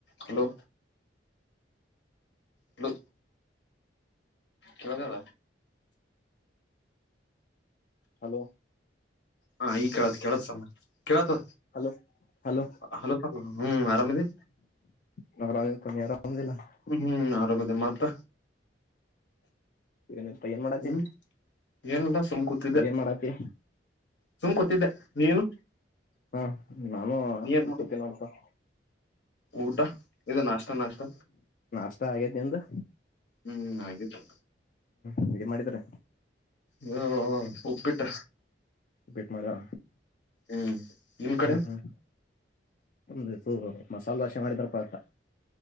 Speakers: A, on the left; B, on the left.
A: Hello hello ಕೇಳ್ದದ.
B: Hello
A: ಹಾ ಈ ಕೇಳತ್ ಕೇಳಸ್ತ್ ಕೇಳತದ.
B: ಹಲೋ ಹಲೋ
A: ಹಲೋ ಹ್ಮ್ ಆರಾಮದಿ.
B: ನ ಆರಾಮ್ ತನ್ನಿ <unintelligible>
A: ಹ್ಮ್ ಆರಾಮದಿ ಮತ್ತ?
B: ಏನಿಲ್ಪ ಏನ್ ಮಾಡಾತಿ
A: ಹ್ಮ್ ಏನಲ್ಲ ಸುಮ್ ಕೂತಿದ್ದೆ
B: ಏನ್ ಮಾಡಾತಿ?
A: ಸುಮ್ ಕೂತಿದ್ದೆ ನೀನು?
B: ಹಾ ನಾನು
A: ನೀ ಏನ್ ಮಾಡ
B: ಕೂತೀನ್ ನೋಡಪ್ಪ. ಹ್ಮ್
A: ಊಟ ಇದು ನಾಷ್ಟ ನಾಷ್ಟ
B: ನಾಷ್ಟ ಆಗೇತಿ ನಿಂದು?
A: ಹ್ಮ್ ಆಗೖತ್ತು.
B: ಹ್ಮ್ ಏನ್ ಮಾಡಿದರ?
A: ಹ್ಮ್ ಉಪ್ಪಿಟ್ಟ
B: ಉಪ್ಪಿಟ್ ಮಾಡ್ಯಾ
A: ಹ್ಮ್ ನಿಮ್ ಕಡೆ
B: ಹ್ಮ್ ಹ್ಮ್ ಒಮ್ದಾಯ ತೂ ಮಸಾಲೆ ದೋಶೆ ಮಾಡಿ ಬರತಪ್ಪ